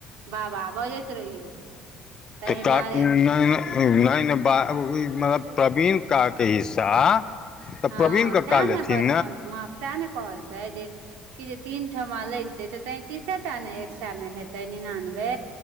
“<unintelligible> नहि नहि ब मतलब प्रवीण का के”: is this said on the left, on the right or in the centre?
Left